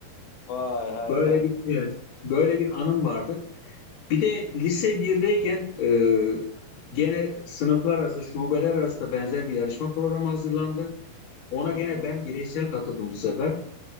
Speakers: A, on the left; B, on the left.
A: Vay harika.
B: Böyle bir evet, böyle bir anım vardı. Bir de lise birdeyken e, gene sınıflar arası, şubeler arası da benzer bir yarışma programı hazırlandı. Ona gene
A: Hı hı.
B: ben bireysel katıldım bu sefer.